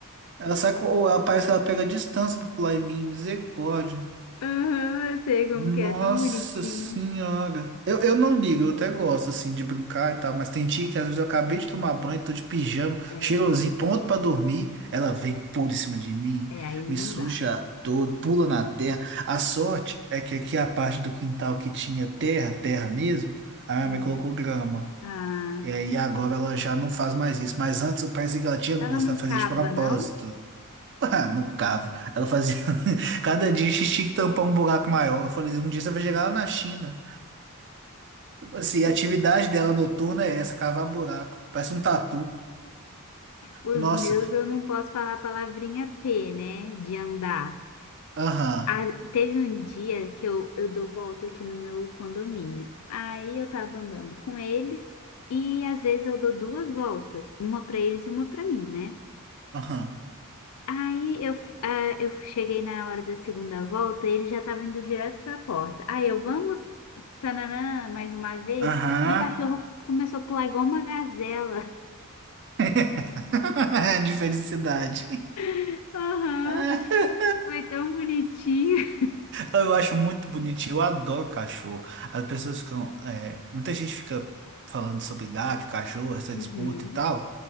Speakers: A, on the right; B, on the left.
A: Ela sai com, ou ela parece que ela pega a distância pra pular em mim, misericórdia.
B: Aham, eu sei como
A: Nossa
B: que é, tão bonitinho.
A: senhora. Eu, eu não ligo, eu até gosto assim de brincar e tal, mas tem dia que às vezes eu acabei de tomar banho, tô de pijama,
B: É,
A: cheirosinho, pronto pra dormir. Ela vem pula em cima de mim,
B: é, aí não
A: me suja
B: dá.
A: todo, pula na terra. A sorte é que aqui é a parte do quintal que tinha terra, terra mesmo, a minha
B: <laughs>
A: mãe colocou grama.
B: Ah,
A: E aí agora ela já não faz mais isso, mas antes eu parecia que ela tinha gosto,
B: ela não
A: ela fazia
B: cava,
A: de propósito.
B: não?
A: Ah, não cava. Ela fazia. <laughs> Cada dia a gente tinha que tampar um buraco maior. Eu falei, um dia você vai chegar lá na China. Tipo Assim, a atividade dela noturna é essa, cavar buraco. Parece um tatu.
B: Os
A: Nossa.
B: meus eu não posso falar a palavrinha P, né? De andar.
A: Aham.
B: Ah, teve um dia que eu, eu dou volta aqui no meu condomínio. Aí eu tava andando com eles e às vezes eu dou duas voltas, uma pra eles e uma pra mim, né?
A: Aham.
B: Aí eu, f- ah, eu cheguei na hora da segunda volta e eles já estavam indo direto pra porta. Aí eu, vamos, tananã, mais uma vez.
A: Aham.
B: Meu cachorro começou a pular igual uma gazela.
A: <laughs> De felicidade.
B: <laughs> Aham.
A: <laughs>
B: Foi tão bonitinho.
A: Eu acho muito bonitinho. Eu adoro cachorro. As pessoas ficam. é, muita gente fica falando sobre gato, cachorro, essa
B: Uhum.
A: disputa e tal.